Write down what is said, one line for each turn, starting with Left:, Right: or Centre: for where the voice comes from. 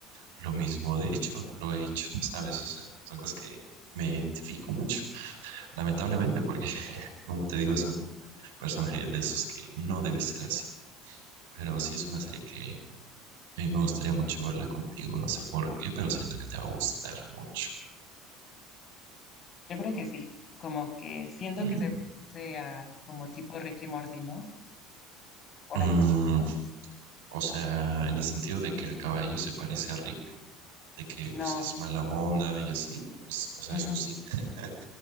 Right: lo mismo. De hecho, lo he hecho, ¿sabes? O sea, son cosas que me identifico mucho, lamentablemente, porque, <laughs> como te digo, es un personaje de esos que no debe ser así. Pero sí es una serie que a mí me gustaría mucho verla contigo, no sé por qué, pero siento que te va a gustar mucho.
Left: Yo creo que sí, como que siento
Right: Mm.
Left: que se sea como tipo Ricky Morty, ¿no? Por
Right: Mm,
Left: ahí más o menos.
Right: O sea, en el sentido de que el caballo se parece a Rick, de que
Left: No.
Right: pues es mala onda y así, pues, o sea,
Left: ujú.
Right: eso sí, <laughs>